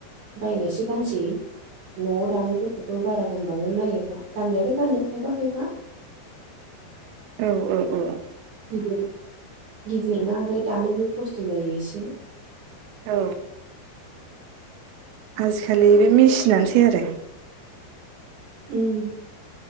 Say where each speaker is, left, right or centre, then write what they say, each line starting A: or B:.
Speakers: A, on the right (about 60°); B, on the right (about 85°).
A: बायनायसो गानसै न'आव दानायफोरखौथ' बारा गानबांनो नागिरला गाननायालाय गानो खायफा खायफा
B: औऔ औ
A: गिदिर गिदिर ना आरो दानोबो खस्थ' जायो एसे
B: औ आजिखालि बे मेचिनानोसै आरो
A: उम